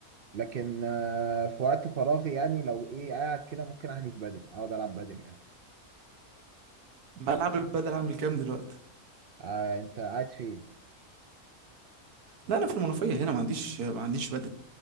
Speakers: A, on the right (about 60°); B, on the right (about 85°).
A: لكن آه، في وقت فراغي يعني لو ايه قاعد كده ممكن احجز بدل اقعد العب بدل يعني
B: ملعب البادل عامل كام دلوقتي
A: آه انت قاعد فين
B: لا انا في المنوفيه هنا ما عنديش ما عنديش بادل